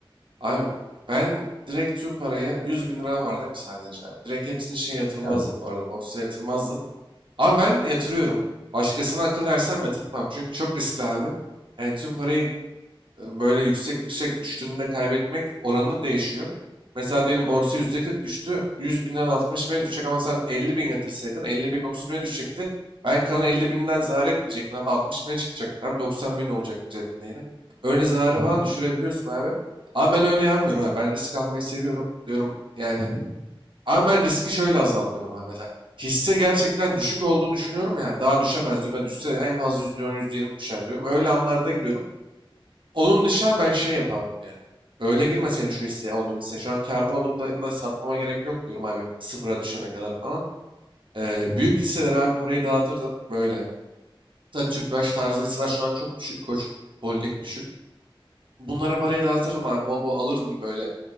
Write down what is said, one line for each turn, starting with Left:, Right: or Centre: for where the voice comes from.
Right: Abi ben direkt tüm parayı 100 bin liram var değil mi sadece abi? Direkt hepsini şeye yatırmazdım
Left: Evet.
Right: bu arada borsaya yatırmazdım. Ama ben yatırıyorum. Başkasına akıl versem yatırtmam. Çünkü çok riskli abi. Yani tüm parayı e, böyle yüksek yüksek düştüğünde kaybetmek oranı değişiyor. Mesela diyelim borsa %40 düştü. 100 binden 60 bine düşecek ama sen 50 bin yatırsaydın 50 binin 30 bine düşecekti. Belki kalan 50 binden zarar etmeyecektin. Hatta 60 bine çıkacak. Abi 90 bin olacak cebinde yine. Öyle zararı
Left: Hı
Right: falan
Left: hı.
Right: düşürebiliyorsun abi. Ama ben öyle yapmıyorum abi. Ben risk almayı seviyorum diyorum. Yani
Left: Hı hı.
Right: ama ben riski şöyle azaltıyorum abi. Mesela hisse gerçekten düşük olduğunu düşünüyorum yani. Daha düşemez diyorum. Ya düşse en fazla %10, %20 düşer diyorum. Öyle anlarda giriyorum. Onun dışında ben şey yapardım yani. Öyle girmeseydim şu hisseye, olduğum hisseye. Şu an kârda olduğumda da satmama gerek yok diyorum abi. Sıfıra düşene kadar falan. Ee,
Left: Hı hı.
Right: büyük hisseler abi parayı dağıtırdım. Böyle. Hatta Tüpraş tarzı hisseler şu an çok düşük. Koç Holding düşük. Bunlara parayı dağıtırdım abi. Bol bol alırdım böyle